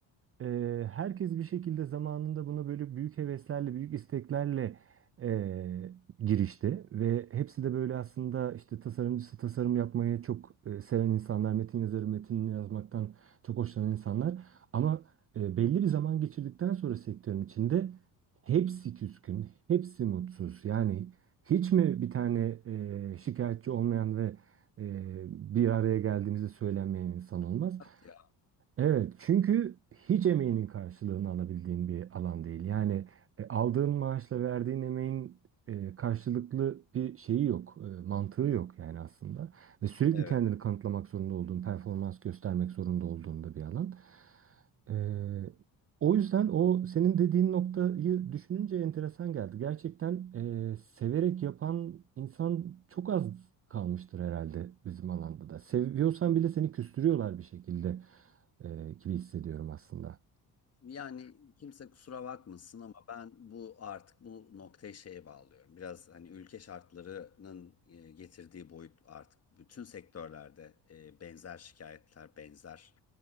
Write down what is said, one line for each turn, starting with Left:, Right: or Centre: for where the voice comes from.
Right: Eee, herkes bir şekilde zamanında buna böyle büyük heveslerle, büyük isteklerle eee, girişti ve hepsi de böyle aslında işte tasarımcısı tasarım yapmayı çok e, seven insanlar, metin yazarı metinini yazmaktan çok hoşlanan insanlar ama e, belli bir zaman geçirdikten sonra sektörün içinde hepsi küskün, hepsi mutsuz. Yani hiç mi bir tane e, şikayetçi olmayan ve e, bir araya geldiğimizde söylenmeyen insan olmaz?
Left: Ya,
Right: Evet, çünkü hiç emeğinin karşılığını alabildiğin bir alan değil. Yani e, aldığın maaşla verdiğin emeğin e, karşılıklı bir şeyi yok, e, mantığı yok yani aslında. Ve sürekli
Left: evet.
Right: kendini kanıtlamak zorunda olduğun, performans göstermek zorunda olduğun da bir alan. E, o yüzden o senin dediğin noktayı düşününce enteresan geldi. Gerçekten e, severek yapan insan çok az kalmıştır herhalde bizim alanda da. Seviyorsan bile seni küstürüyorlar bir şekilde e, gibi hissediyorum aslında.
Left: Yani kimse kusura bakmasın ama ben bu artık bu noktayı şeye bağlıyorum. Biraz hani ülke şartlarının e, getirdiği boyut artık bütün sektörlerde e, benzer şikayetler, benzer